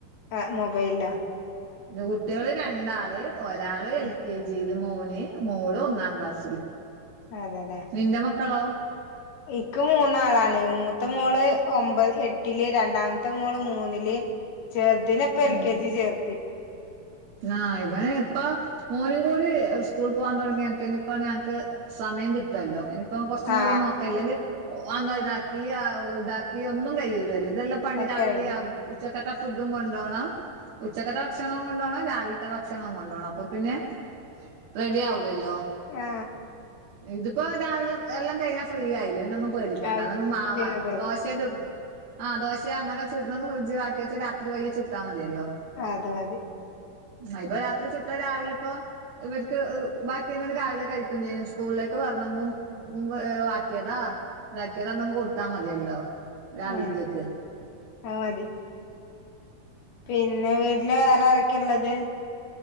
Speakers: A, on the left; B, on the right.
A: ആ മൊബൈലിലോ?
B: ത് കുട്ട്യള് രണ്ടാള് ഒരാള് എൽ
A: ഉം.
B: K G. ല് മോന് മോള് ഒന്നാം ക്ലാസില്
A: അതെല്ലേ.
B: നിന്റെമക്കളോ?
A: ഇക്ക് മൂന്നാളാണ് മൂത്ത മോള് ഒമ്പത് എട്ടില് രണ്ടാമത്തെ മോള് മൂന്നില്. ചേർദിനെ പ്പ എൽ
B: ഉം
A: കെ ജി ചേർത്തി.
B: ആഹ് ഇവന് പ്പ മോനും കൂടി സ്കൂള് പോവാ തൊടങ്ങ്യ ഞക്കയ്ന് പ്പ ഞങ്ങക്ക്. സമയം കിട്ടൊല്ലോ അയ്ന്. പ്പൊ കൊർച്ചും
A: ആ
B: കൂടെ നോക്ക ഇല്ലെങ്കി ഒ അങ്ങഇതാക്കി അഹ് താക്കി ഒന്നും കയ്യൂലല്ലോ ഇതെല്ലം. പണി
A: അത്
B: രാവിലെയവും
A: കഴിഞ്ഞു.
B: ഉച്ചക്കത്ത ഫുഡും കൊണ്ടോണം ഉച്ചക്കത്തെ ഭക്ഷണും കൊണ്ടോണം. രാവിൽത്ത ഭക്ഷണവും കൊണ്ടോണം അപ്പൊ പിന്നെ റെഡി ആവൂലല്ലോ.
A: ആ.
B: ഇതിപ്പ രാവിലെ എല്ലം കയ്ഞ്ഞാ ഫ്രീയായിലേ പിന്നൊന്നും പേടി ക്കണ്ട
A: അത്
B: അതങ്ങ് മാവ
A: പിന്നെ പേര്
B: ദോശ് ശ ചുട് ആഹ് ദോശയ ന്നക്ക ചുട്ന്നങ് ഫ്രഡ്ജാക്ക്യച്ചാ രാത്രി വൈകി ചുട്ടാ മതിയല്ലോ.
A: അത് മതി.
B: അ ഇപ്പൊ രാത്രി ചുട്ടാ രാവിലെപ്പോ. ഇവര്ക്ക് അ് ബാക്കിണ്ടെങ്കി രാവിലെ കഴിക്കും ചെയ്യും സ്കൂൾലേക്ക് വർണങ്കും. മ് വേ വാറ്റ്യതാ താക്ക്യതാ ന്നങ്ങ് കൊട്ത്താ മത്യല്ലോ രാവിൽത്തേക്ക്.
A: ആ അത് മതി. പിന്നെ വീട്ട്ല് വേറാരൊക്കെള്ളത്.